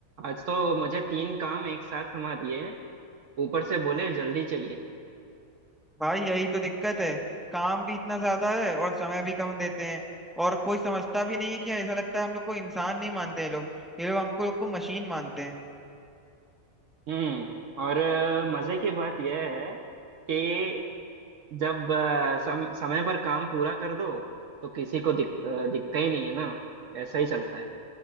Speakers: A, on the right; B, in the centre.
A: आज तो मुझे तीन काम एक साथ थमा दिए ऊपर से बोले जल्दी चाहिए
B: भाई यही तो दिक्कत है काम भी इतना ज्यादा है और समय भी कम देते हैं और कोई समझता भी नहीं है कि ऐसा लगता है हम लोग को इंसान नहीं मानते हैं लोग ये लोग हमको लोग को मशीन मानते हैं
A: हम्म और अ, मजे की बात यह है कि जब अ, सम, समय पर काम पूरा कर दो तो किसी को दिक, अ, दिखता ही नहीं है ना ऐसा ही चलता है